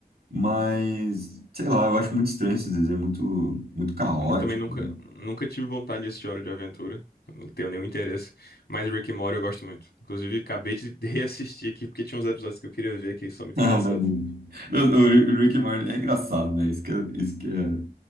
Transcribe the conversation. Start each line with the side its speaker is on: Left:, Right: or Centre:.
Right: mas, sei lá, eu acho muito estranho esses desenhos, muito, muito caótico.
Left: Ainda também nunca,
Right: <laughs>
Left: nunca tive vontade de assistir Hora de Aventura. Não tenho nenhum interesse. Mas Rick e Morty eu gosto muito. Inclusive, acabei de <laughs> reassistir aqui, porque tinha uns episódios que eu queria ver que são muito
Right: Ah,
Left: engraçados.
Right: mano. Não, O o Rick e Morty é engraçado, né? Isso que é, isso que é,